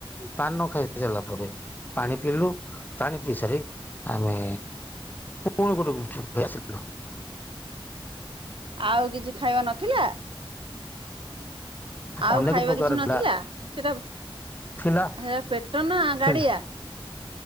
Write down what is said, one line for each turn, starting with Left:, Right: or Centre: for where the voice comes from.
Left: ପାନ ଖାଇସାରିଲା ପରେ, ପାଣି ପିଇଲୁ, ପାଣି ପିଇ ସାରି ଆମେ ପୁଣି ଗୋଟେଛୁ <unintelligible> ଆସଥିଲୁ।
Right: ଆଉ କିଛି ଖାଇବା ନଥିଲା? ଆଉ
Left: ଅନେକ
Right: ଖାଇବା
Left: ପ୍ରକାର
Right: କିଛି ନଥିଲା?
Left: ଥିଲା
Right: ସେଟା
Left: ଥିଲା
Right: ହେ ପେଟ ନା ଗାଡିଆ।
Left: ଥିଲା